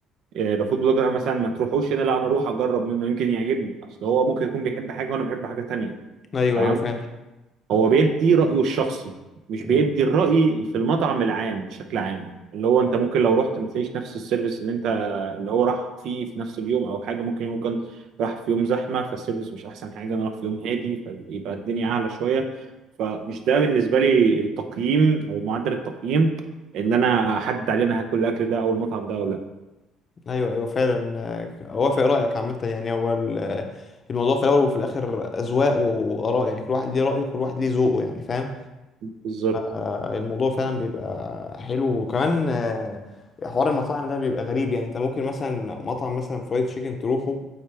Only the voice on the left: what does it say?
ايوه
ايوه فعلا
مم.
ايوه ايوه فعلا آه، اوافق رايك عامه يعني هو ال- آه، الموضوع في الاول وفي الاخر اذواق واراء يعني كل واحد ليه رايه وكل واحد ليه ذوقه يعني فاهم
فالموضوع فعلا بيبقى حلو وكمان آه، حوار المطاعم ده بيبقى غريب يعني انت ممكن مثلا مطعم مثلا فرايد تشيكن تروحه